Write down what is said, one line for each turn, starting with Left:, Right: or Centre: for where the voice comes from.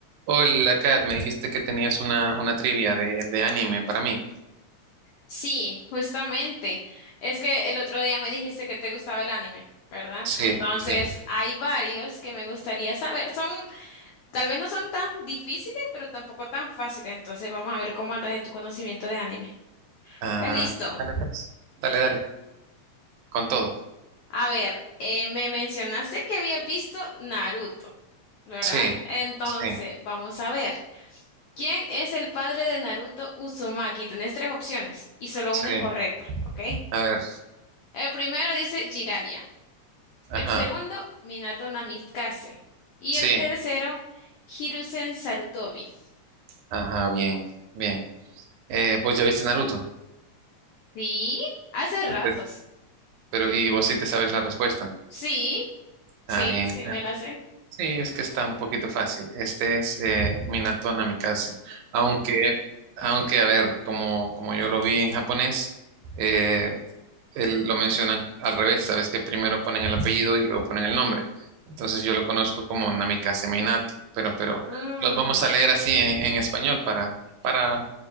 Right: Hola, Kat, me dijiste que tenías una, una trivia de, de anime para mí.
Left: Sí, justamente. Es que el otro día me dijiste que te gustaba el anime, ¿verdad?
Right: Sí,
Left: Entonces,
Right: sí.
Left: hay varios que me gustaría saber. Son, tal vez no son tan difíciles, pero tampoco tan fáciles. Entonces, vamos a ver cómo andas en tu conocimiento de anime.
Right: Ah,
Left: ¿Estás listo?
Right: dale, pues. Dale, dale, con todo.
Left: A ver, eh, me mencionaste que habías visto Naruto, ¿verdad?
Right: Sí,
Left: Entonces,
Right: sí,
Left: vamos a ver. ¿Quién es el padre de Naruto Uzumaki? Tenés tres opciones y solo
Right: sí.
Left: una es correcta, ¿ok?
Right: A ver,
Left: El primero dice Jiraiya.
Right: ajá,
Left: El segundo, Minato Namikaze. Y
Right: sí,
Left: el tercero, Hiruzen Sarutobi.
Right: ajá, bien, bien. Eh, pues ya viste Naruto,
Left: Sí, hace ratos.
Right: Y pero y vos sí te sabes la respuesta.
Left: Sí, sí,
Right: Ah, bien.
Left: sí, me la sé.
Right: Sí, es que está un poquito fácil. Este es eh, Minato Namikaze. Aunque, aunque, a ver, como, como yo lo vi en japonés, eh, él- lo mencionan al revés, sabes que primero ponen el apellido y luego ponen el nombre. Entonces yo lo conozco como Namikaze Minato, pero, pero
Left: Mm.
Right: los vamos a leer así en, en español para, para,